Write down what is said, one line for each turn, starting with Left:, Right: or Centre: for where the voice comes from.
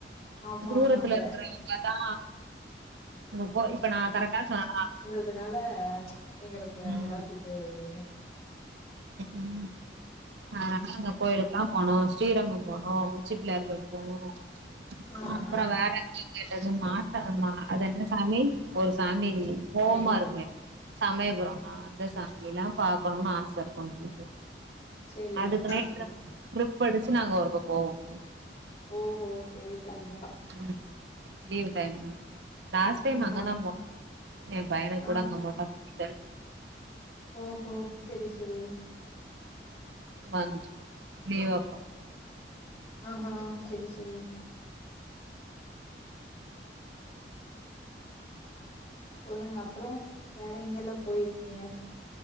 Left: ஆமா
Right: தூரத்துல
Left: ஆமாங்க
Right: இருக்குற அவங்க தா இங்க போ இப்ப நா கரெக்டா சொன்னனா
Left: அதனால எங்களுக்கு
Right: ம்
Left: உலாதீட்டு இருந்தீங்க
Right: ம் ஆனா அந்த கோயிலுக்குலா போனோ ஸ்ரீரங்கம் போனோ. உச்சி பிள்ளையார் கோயில் போனோ.
Left: ஆ
Right: அ அப்பறோ
Left: ஆ
Right: வேற எங்க கேட்டது மாச மா அது என்ன சாமி ஒரு சாமி கோவமா
Left: சமயபுரம்
Right: இருக்குமே சமயபுரம் அ அந்த சாமி எல்லாம் பாக்கணும்னு ஆச இருக்கும் உங்களுக்கு
Left: சேரி
Right: அதுக்கு
Left: ஓகே
Right: நேரா
Left: ஓகே
Right: டிரிப் அடிச்சு நாங்க ஒருக்க போவோம்
Left: ஓஹோ சரி சரிங்க
Right: ம் லீவ் டைம் தான் லாஸ்ட் டைம்
Left: ஆஹா
Right: அங்கதான் போனோ என் பையனுக்கு
Left: ஆ
Right: கூட அங்க மொட்ட போட்டேன்
Left: ஓஹோ சேரி சேரி
Right: வந்து நீ வாப்பா
Left: ஆஹா சரி சரி சொல்லுங்க அப்றோ வேற எங்கெல்லாம் போய்ருக்கீங்க